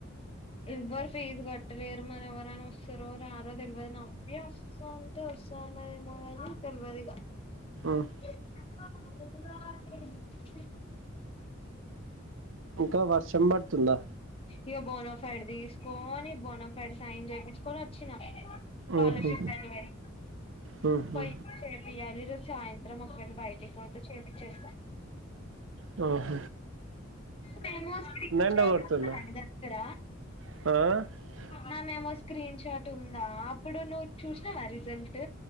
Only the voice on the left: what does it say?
ఎవ్వరు ఫీజు కట్టలేరు మరి ఎవరైన వస్తారో రారో తెలవదు సంతోష్ అన్నదెమో గని తెల్వద్ ఇగ
<unintelligible>
ఇగ బోన్ఫైడ్ తీస్కొని బోన్ఫైడ్ సైన్ చేపించుకొని వచ్చినా స్కాలర్షిప్
రెన్యువల్
పోయి చేపియాలి ఈరోజు సాయంత్రం ఒకవేళ బయటిక్ పోతే చేపించ్చేస్త
మెమోస్ స్క్రీన్
షాట్
ఉన్నదా ని దగ్గర
నా మెమోస్ స్క్రీన్ షాట్ ఉందా అప్పుడు నువు చూస్నావా రిజల్ట్